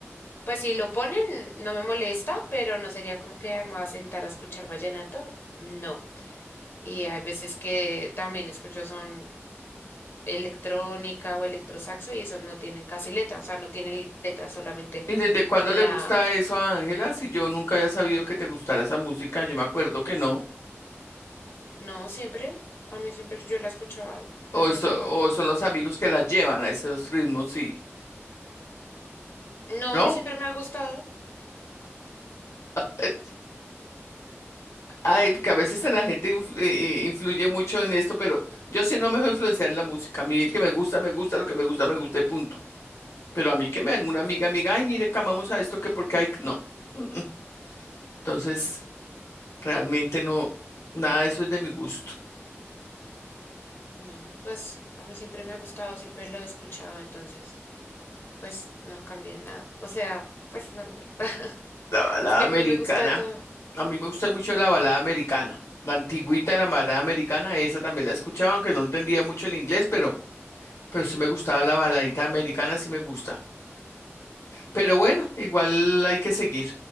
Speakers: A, on the left; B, on the left.
A: pues si lo ponen no me molesta, pero no sería como que "Ay, me voy a sentar a escuchar vallenato, no. Y hay veces que también escucho son electrónica o electrosaxo y esos no tienen casi letras, o sea, no tienen letras, solamente
B: ¿Y desde cuándo
A: la,
B: le gusta eso a Ángela? Si yo nunca había sabido que te gustara esa música, yo me acuerdo que no.
A: no siempre, a mí siempre yo la escuchaba desde
B: O, eso,
A: hace rato.
B: o son los amigos que la llevan a esos ritmos, sí.
A: No,
B: ¿No?
A: a mí siempre me ha gustado.
B: Eh, Ay, que a veces la gente influ- eh, eh, influye mucho en esto, pero yo sí no me dejo influenciar en la música. A mí el que me gusta, me gusta, lo que me gusta, me gusta y punto. Pero a mí que me una amiga, amiga, ay, mire, que amamos a esto, que porque hay, no. Mm, mm. Entonces... Realmente no, nada de eso es de mi gusto.
A: No, pues a mí siempre me ha gustado, siempre lo he escuchado, entonces, pues no cambié nada. O sea, pues normal. <laughs>
B: La balada
A: Es que
B: americana,
A: a mí me gusta de todo.
B: a mí me gusta mucho la balada americana. La antigüita, la balada americana, esa también la escuchaba, aunque no entendía mucho el inglés, pero, pero sí me gustaba la baladita americana, sí me gusta. Pero bueno, igual hay que seguir